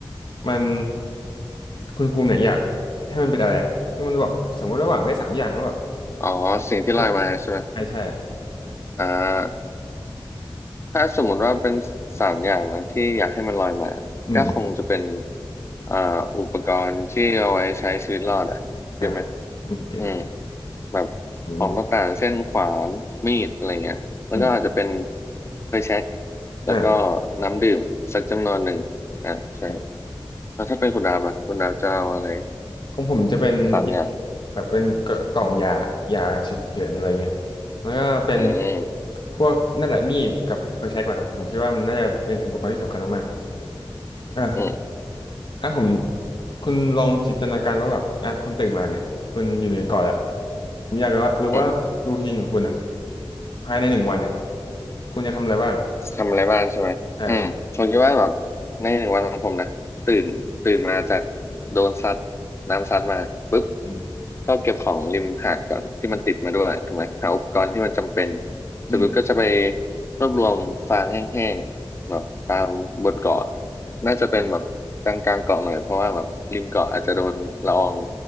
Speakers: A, on the left (about 60°); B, on the left (about 30°).
A: มันคุณภูมิเนี่ยอยากให้มันเป็นอะไรอะที่มันบอกสมมติระหว่าหวังได้สามอย่างแล้วแบบ
B: อ๋อสิ่งที่ลอยมาใช่ไหม
A: มันใช่ใช่อะ
B: อ่า ถ้าสมมติว่าเป็นสามอย่างนะที่อยากให้มันลอยมาก็คงจะเป็น
A: อืมอม
B: อ่าอุปกรณ์ที่เอาไว้ใช้ชีวิตรอดอ่ะเก็ตไหม
A: อ่ะอืมเก็ตเก็ต
B: อืมแบบของต่างๆเช่นขวานมีดอะไรเงี้ยแล้วก็อาจจะเป็น
A: อืมอืม
B: ไฟแช็กแล้วก็
A: อ่ะ
B: น้ำดื่มสักจำนวนหนึ่งอ่าใช่
A: ครับ
B: แล้วถ้าเป็นคุณดาบล่ะคุณดาบจะเอาอะไร
A: ของผมจะเป็นยา
B: สามอย่าง
A: แบบเป็นกกล่องยายาฉุกเฉินอะไรเงี้ยแล้วก็เป็น
B: อืม
A: พวกนั่นแหละมีดกับไฟแช็กแหละครับผมคิดว่ามันน่าจะเป็นอุปกรณ์ที่สำคัญมากๆอ่ะ
B: อืม
A: อ่ะผมคุณลองจินตนาการว่าแบบอ่ะคุณตื่นมาเนี่ยคุณอยู่ในเกาะแหละผมอยากรู้ว่ารู้ว่ารูทีนของคุณอ่ะ
B: อืม
A: ภายในหนึ่งวันเนี่ยคุณจะทำอะไรบ้าง
B: ทำอะไรบ้างใช่ไหมอืมผมคิดว่าแบบ
A: ใช่ใช่
B: ในหนึ่งวันของผมนะตื่นตื่นมาจากโดนซัดน้ำซัดมาปุ๊บ
A: อืม
B: ก็เก็บของริมหาดก่อนที่มันติดมาด้วยถูกไหมหาอุปกรณ์ที่มันจำเป็นเสร็จปุ๊บก็จะไป
A: อืม
B: รวบรวมฟางแห้งๆแบบตามบนเกาะน่าจะเป็นแบบกลางๆเกาะหน่อยเพราะว่าแบบริมเกาะอาจจะโดนละออง